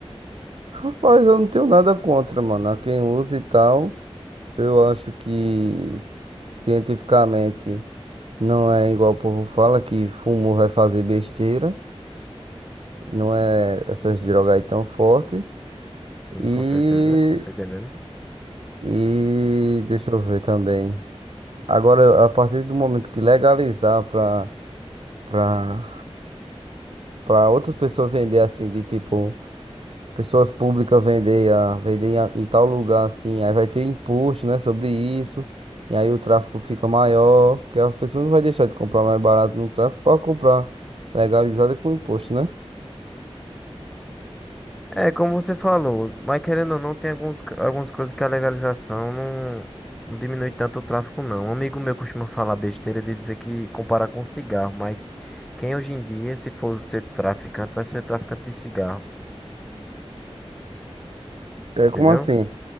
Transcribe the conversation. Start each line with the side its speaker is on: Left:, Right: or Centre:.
Right: Rapaz, eu não tenho nada contra, mano. A quem usa e tal, eu acho que cientificamente não é igual o povo fala, que fumo vai fazer besteira. Não é essas drogas aí tão fortes.
Centre: Sim,
Right: E,
Centre: com certeza. Tô entendendo.
Right: e deixa eu ver também. Agora, a partir do momento que legalizar para para para outras pessoas vender assim, de tipo, pessoas públicas vender, a, vender em, a- em tal lugar assim, aí vai ter imposto, né, sobre isso, e aí o tráfico fica maior, porque as pessoas não vai deixar de comprar mais barato no tráfico para comprar legalizada com imposto, né?
Centre: É, como você falou, mas querendo ou não, tem alguns, ca- algumas coisas que a legalização não, não diminui tanto o tráfico, não. Um amigo meu costuma falar besteira de dizer que comparar com cigarro, mas quem hoje em dia, se for ser traficante, vai ser traficante de cigarro,
Right: É
Centre: entendeu?
Right: como assim?